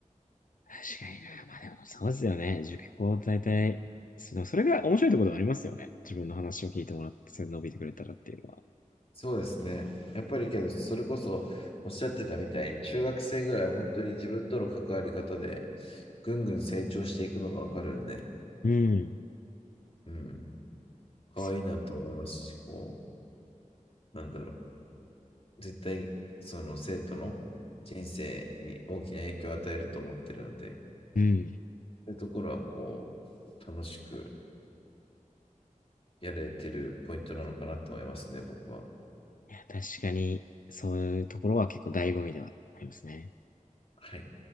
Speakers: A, on the left; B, on the left.
A: 確かにな。まあでもそうですよね。塾講大体、
B: はい
A: そのそれが面白いところではありますよね。自分の話を聞いてもらって、それで伸びてくれたらっていうのは。
B: そうですね。やっぱりけど、それこそ、おっしゃってたみたいに、中学生ぐらいは本当に自分との関わり方で、ぐんぐん成長していくのがわかるんで、
A: うん。
B: うん。可愛いなと思いますし、
A: そ
B: こう、なんだろう。絶対、その生徒の人生に大きな影響を与えると思ってるので、そ
A: う。うん。い
B: ういうところは、こう、楽しく、やれてるポイントなのかなと思いますね、僕は。
A: や、確かに、そういうところは結構醍醐味ではありますね。
B: はい。